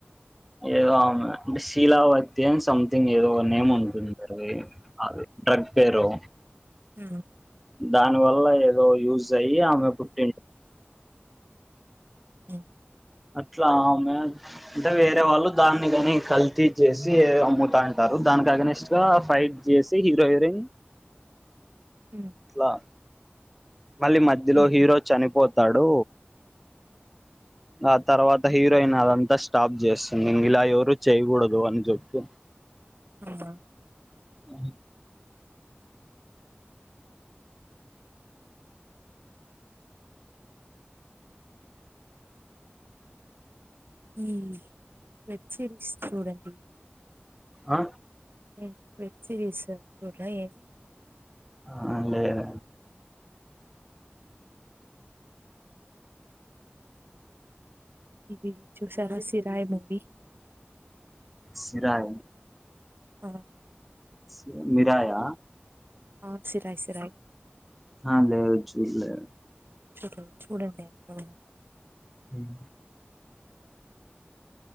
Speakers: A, in the centre; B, on the right.
A: ఎదో ఆమె అంటే శీలవతి జేమ్స్ అన్ ఏదో ఒక నేమ్ ఉంటుం <unintelligible> అదే డ్రగ్ పేరు
B: హ
A: దాని వల్ల ఏదో యూజ స ఆమె పుటి
B: అ
A: అట్లా అమె అంటే వేరే వాళ్ళు దాన్ని కాని కల్తీ చేసి అమ్ముతా అంటారు దానికి అగైనెస్ట్‌గా ఫైట్ చేసి హీరో హీరోయిన్
B: ఉమ్,
A: అట్లా మళ్ళీ మధ్యలో
B: ఉమ్,
A: హీరో చనిపో తాడు ఆ తర్వాత హీరోయిన్ అదంతా స్టాప్ చేస్తుంది ఇంక ఇలా ఎవరు చేయకూడదు అని చెప్పి
B: ఆ
A: ఆ
B: ఈ వెబ్ సిరీస్ చూడండి
A: ఆ
B: ఏ వెబ్ సీరీస్ అ చూడరా ఏమి
A: అ అ లేద
B: ఇది చూసారా సిరాయి మూవీ
A: సిరాయి
B: ఆ
A: సె మిరాయి
B: ఆ సిరాయి సిరాయి
A: ఆ దేవరా చూడలే
B: చూడ చూడండి అ
A: హమ్